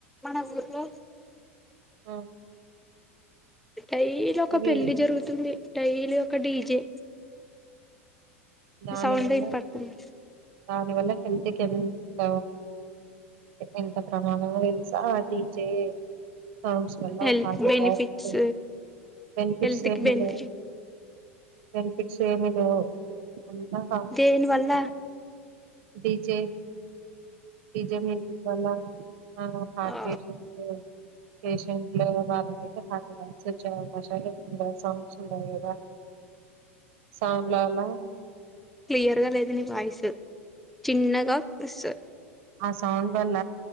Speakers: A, in the centre; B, on the right.
A: మన ఊర్లో
B: ఆ
A: డైలీ ఒక
B: ఇది
A: పెళ్లి జరుగుతుంది డైలీ ఒక డీజే
B: దాని
A: ఈ సౌండ్
B: వల్ల
A: ఇనుపడుతుంది
B: దాని వల్ల హెల్త్ కెంత ఎంత ప్రమాదమో తెలుసా ఆ డీజే హమ్స్ వాళ్ళ
A: హెల్త్
B: హార్ట్ ఎటాక్
A: బెనిఫిట్స్
B: ఉం బెనిఫిట్స్
A: హెల్త్
B: ఏమి
A: కి బెనిఫిట్
B: లో బెనిఫిట్స్ ఏమి లో అంత అంత
A: దేని వల్ల
B: హ డిజే డీజే మ్యూజిక్ వల్ల ఆ హార్ట్
A: ఆ
B: పేషంట్స్ పేషంట్ లు వాళ్ళకైతే హార్ట్ అటాక్స్ వచ్చ వన్ ష సాంగ్స్ ఉంటాయి కదా సాంగ్ లాల
A: క్లియర్ గా లేదు నీ వాయిస్ చిన్నగా వసు
B: ఆ సౌండ్ వల్ల